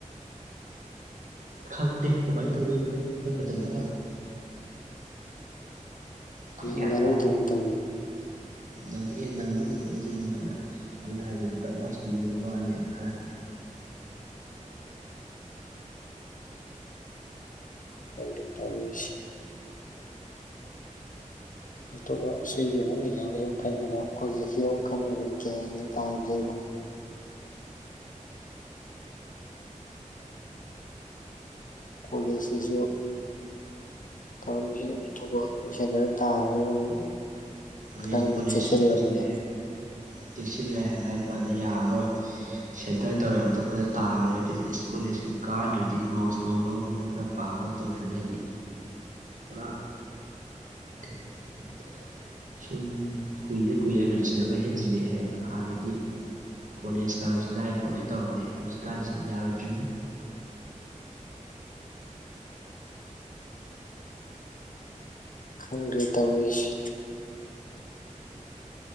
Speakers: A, on the right (about 75°); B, on the left (about 80°).
A: ꯈꯪꯗꯦ ꯀꯃꯥꯏꯅ ꯇꯧꯗꯣꯏꯅꯣ ꯑꯩꯈꯣꯏ ꯃꯇꯝꯗꯅ ꯈꯣꯏ
B: ꯅꯪꯅꯔꯣꯏꯗꯣꯏ
A: ꯒ꯭ꯌꯥꯟ ꯇꯥꯗꯦ
B: ꯇꯧꯔꯤꯁꯦ
A: ꯅꯪꯑꯦ ꯅꯪꯖꯨ ꯅꯪꯉꯣꯏ ꯑꯩ ꯖꯨꯅꯤꯌꯥꯗ ꯑꯗꯨꯅ ꯍꯥꯏꯅꯩꯀꯠ ꯑꯣꯐꯇꯤ ꯅꯦꯝꯃꯛ ꯑꯅꯦꯅ ꯍꯔꯥ__
B: ꯈꯪꯗꯦ ꯇꯧꯔꯤꯁꯦ ꯑꯇꯣꯞꯄ ꯁꯤ <unintelligible> ꯑꯦꯛꯖꯥꯝ <unintelligible> ꯑꯃꯨꯛ ꯈꯟꯒꯗ꯭ꯔꯥ ꯀꯣꯂꯦꯖꯀꯤ ꯑꯃꯨꯛ ꯈꯟꯅꯗ꯭ꯥꯔ ꯒ꯭ꯌꯥꯟꯒ ꯇꯥꯗ꯭ꯔꯦꯗ ꯀꯣꯂꯦꯖꯀꯤꯁꯨ ꯇꯧꯔꯤꯁꯤꯅ <unintelligible> ꯑꯃꯨꯛ
A: ꯃꯣꯏ
B: ꯈꯔꯒ
A: ꯀꯣꯂꯦꯖꯁꯨ
B: ꯆꯦꯛꯁꯤꯜꯂꯕꯅꯦ
A: ꯂꯣꯏꯁꯤꯜꯂꯛꯑꯦ ꯆꯦꯛꯁꯤꯜꯂꯦ ꯂꯥꯏꯔꯤꯛꯄꯥꯗ ꯌꯥꯔꯔꯣꯏ ꯁꯦꯟꯇꯔ ꯇꯧꯔꯦ ꯑꯇꯣꯞꯄꯗ ꯇꯥꯈ꯭ꯔꯦ ꯑꯗꯩꯗꯤ ꯏꯁ ꯀꯣꯂꯦꯁꯀ ꯀꯥꯗ꯭ꯔꯗꯤ ꯅꯣꯁ ꯅꯨꯡ ꯂꯧꯗꯅ ꯈꯔ ꯄꯥꯈꯣꯠ__ ꯇꯧꯗ꯭ꯔꯗꯤ ꯑꯩꯗꯤ ꯄꯨꯔꯥ <unintelligible> ꯁꯨꯝ ꯀꯨꯏꯔ ꯀꯨꯏꯔ ꯂꯨꯆꯤꯜꯂꯕ ꯍꯦꯟꯖꯤꯜꯂꯛꯑꯦ ꯍꯥꯏꯗꯣ ꯍꯥꯟꯅꯗꯤ ꯀꯣꯂꯦꯖ ꯀꯥꯕꯁꯤ ꯂꯥꯏ ꯈꯣꯠꯂꯤ ꯇꯧꯔꯝꯃꯤ ꯍꯧꯖꯤꯛꯀꯥꯟꯁꯤꯗꯤ ꯌꯥꯔꯣꯏꯗ꯭ꯔꯨꯝꯅꯤ
B: ꯈꯪꯗ꯭ꯔꯦ ꯇꯧꯔꯤꯁꯤ